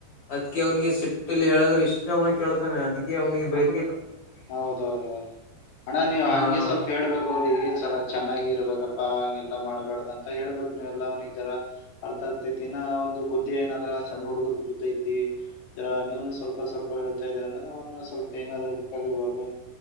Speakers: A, on the left; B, on the left.
A: ಅದ್ಕ ಅವನಿಗೆ ಸಿಟ್ಟಲ್ಲಿ ಹೇಳದ್ರೆ ಇಷ್ಟ ಅವ್ನ ಕೇಳ್ತಾನೆ ಅದ್ಗೆ ಅವನಿಗೆ ಬೈದ
B: ಹೌದು ಹೌದೌ ಅಣ್ಣ ನೀವು ಹಂಗೆ
A: ಹಾ
B: ಸ್ವಲ್ಪ ಹೇಳ್ಬೇಕು ಹೌದು ಈಗ ಚಲ ಚೆನ್ನಾಗಿ ಇರ್ಬೇಕಪ್ಪಾ ಹಗೆ ಎಲ್ಲ ಮಾಡಬೇಡ್ದ ಅಂತ ಹೇಳ್ಬೇಕುನೀವೆಲ್ಲ ಅವನಿಗೆ ಜರ ಅರ್ಥ ಆಗತ್ತ ದಿನ ಅವನಿಗೆ ಬುದ್ಧಿ ಏನ ಅಲ್ಲ ಸಣ್ಣ ಹುಡುಗರದ ಬುದ್ಧಿ ಐತಿ ನೀವನು ಸ್ವಲ್ಪ ಸ್ವಲ್ಪ ಹೇಳ್ತಾ ಇದ್ರ ನಿಂದು ಅವನ್ನು ಸ್ವಲ್ಪ ಏನಾದ್ರು ಕಲಿಬೋದು